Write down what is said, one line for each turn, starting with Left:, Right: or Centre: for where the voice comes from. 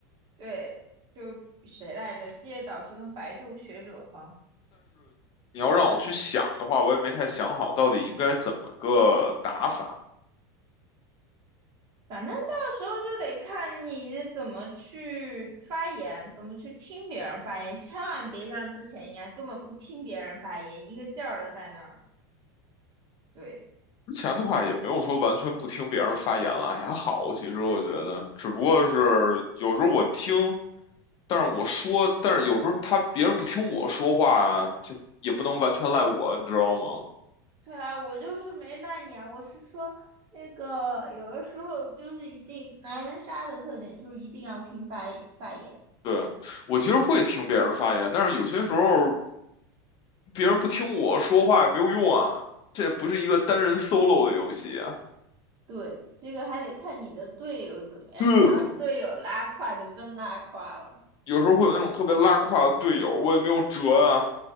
Right: 对，就谁来着？借导师跟白昼学者吗？
Left: 你要让我去想的话，我也没太想好到底应该怎么个打法。
Right: 反正到时候就得看你怎么去发言，怎么去听别人发言，千万别像之前一样根本不听别人发言，一个劲儿的在那儿。对，
Left: 之前的话也没有说完全不听别人发言了，也还好。其实我觉得，只不过是有时候我听。但是我说，但是有时候他别人不听我说话啊，就也不能完全赖我，你知道吗？
Right: 对啊，我就是没赖你啊，我是说那个有的时候就是一定狼人杀的特点就是一定要听发发言。
Left: 对，我其实会听别人发言，但是有些时候别人不听我说话也没有用啊，这不是一个单人 solo 的游戏啊。
Right: 对，这个还得看你的队友怎么样，
Left: 对，
Right: 你要是队友拉胯就真拉胯了。
Left: 有时候会有那种特别拉胯的队友，我也没有辙啊。